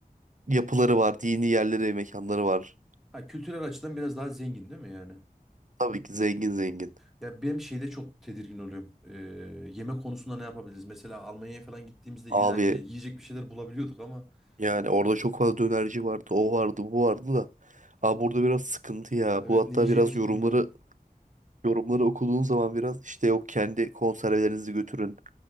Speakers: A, on the right; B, in the centre.
A: yapıları var, dini yerleri, mekanları var.
B: Ha kültürel açıdan biraz daha zengin değil mi yani?
A: Tabii ki zengin zengin.
B: Ya benim şeyde çok tedirgin oluyorum. E, yemek konusunda ne yapabiliriz? Mesela Almanya'ya falan gittiğimizde
A: Abi
B: illaki yiyecek bir şeyler bulabiliyorduk ama
A: yani
B: o
A: orada çok fazla dönerci vardı, o vardı, bu vardı da. Abi burada biraz sıkıntı ya.
B: evet
A: Bu hatta
B: ne yiyeceğimizi
A: biraz yorumları
B: bilmiyorum.
A: yorumları okuduğun zaman biraz işte yok kendi konservelerinizi götürün.